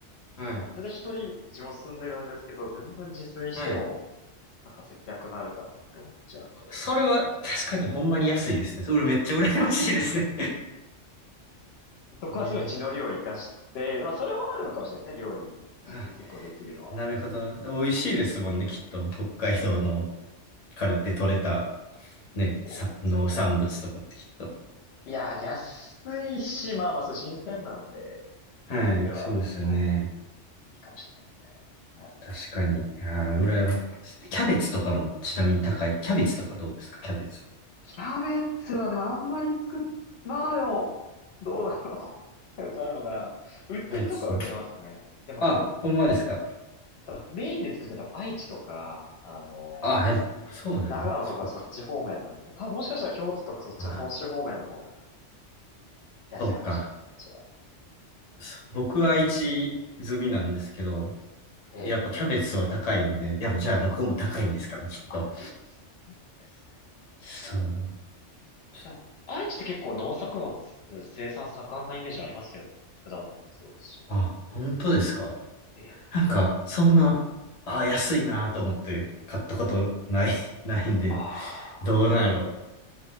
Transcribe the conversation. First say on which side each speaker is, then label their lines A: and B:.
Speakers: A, on the left; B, on the left.
A: はい。
B: なんか全然一人自分住んでるんですけど、全然自炊しても、
A: はい。
B: なんか節約になるかなって思っちゃうんで。
A: それは確かにほんまに安いですね。それめっちゃ羨ましいですね。
B: そこはすごい血の量を生かして、
A: <laughs> え
B: まあ、それはあるのかもしれないですね、料理。
A: ー、
B: 自炊結構できるのは。
A: あ、なるほど。美味しいですもんね、きっと。北海道のからって取れたね、
B: え
A: さ農産物とかってきっと。
B: いや、安いし、まあまあ、そう、新鮮なんで、
A: はい、
B: そういう意味では結構
A: そうですよね。
B: いいかもしれないですね。だって
A: 確かに。ああ、羨ましい。キャベツとかもちなみに高い。キャベツとかどうですかキャベツ。
B: キャベツはでもあんまり作っ、まあでも、どうだろう。<laughs> キャベツあるのかな売ってるとこは売ってますね。
A: キャベツ。
B: でも多分、
A: あ、ほんまですか。
B: 多分メインで作ってるのは多分愛知とか、あのー
A: あ、でも、そうなんや。
B: 長野とかそっち方面なんで、
A: そうか。
B: 多分もしかしたら京都とかそっちの本州方面の方が
A: あ、
B: 安いのかもしれないですね、
A: そうか。
B: そっちは。
A: そ僕は愛知済みなんですけど、
B: あ、
A: やっぱキャベツは高いんで、
B: ええ
A: やっぱじゃあどこも高いんですかね、
B: あ、
A: きっと。
B: あ、そうです
A: そう。ちょっと
B: ね。え、でも、愛知って結構農作物生産盛んなイメージありますけどね、果物もそうですし。
A: あ、本当ですか。
B: ええ
A: なんか、そんな、あ、安いなと思って買ったことない、<laughs> ないんで、
B: ああ、
A: どうなんやろ。